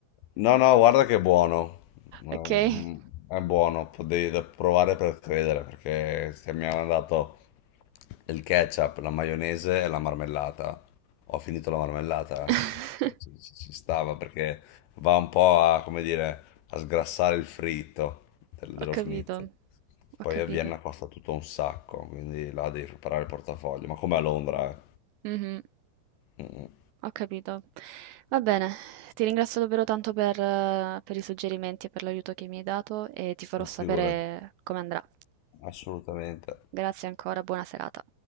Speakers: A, on the left; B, on the right.
A: No, no, guarda che è buono. Mm,
B: Okay.
A: È buono, po- devi da- provare per credere, perché se mi hanno dato il ketchup, la maionese e la marmellata. Ho finito la marmellata,
B: <laughs>
A: eh. Cioè, Ci, ci- ci stava perché va un po' a, come dire, a sgrassare il fritto del- dello
B: Ho capito,
A: schnitzel.
B: ho
A: Poi
B: capito.
A: a Vienna costa tutto un sacco, quindi là devi preparare il portafoglio, ma come a Londra, eh.
B: Mh-mh.
A: Mm, mm,
B: Ho capito. Va bene, ti ringrazio davvero tanto per eh, per i suggerimenti e per l'aiuto che mi hai dato e ti farò
A: Ma
B: sapere
A: figurati,
B: come andrà.
A: assolutamente.
B: Grazie ancora, buona serata.